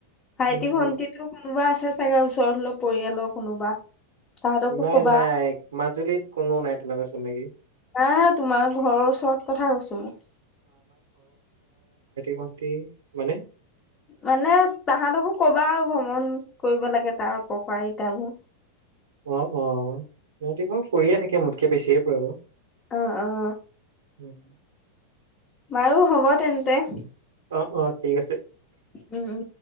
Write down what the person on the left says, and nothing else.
ভাইটি
ভন্টিটো
কোনোবা আছে চাগে ওচৰতলপ পৰিয়ালৰ কোনোবা। তাহাঁতকো
কবা
অ', তোমাৰ ঘৰৰ ওচৰত কথা কৈছো মই।
মানে তাহাঁতকো ক'বা আৰু ভ্ৰমণ কৰিব লাগে তাৰ উপকাৰিতাবোৰ।
অ', অ'।
বাৰু হ'ব তেন্তে।
উম উম